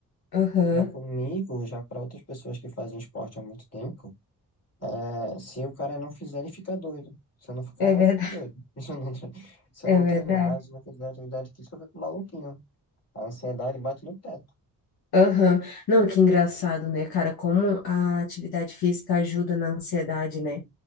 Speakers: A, on the left; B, on the left.
A: Aham,
B: Já comigo, já para outras pessoas que fazem esporte há muito tempo, é, se o cara não fizer, ele fica doido. Se eu não ficar,
A: É verdade,
B: eu fico doido. <laughs> Se eu não, tre- se
A: <laughs> é
B: eu não
A: verdade.
B: treinar, se eu não fizer atividade física, eu fico maluquinho. A ansiedade bate no teto.
A: Aham. Não, que engraçado, né, cara? Como a atividade física ajuda na ansiedade, né?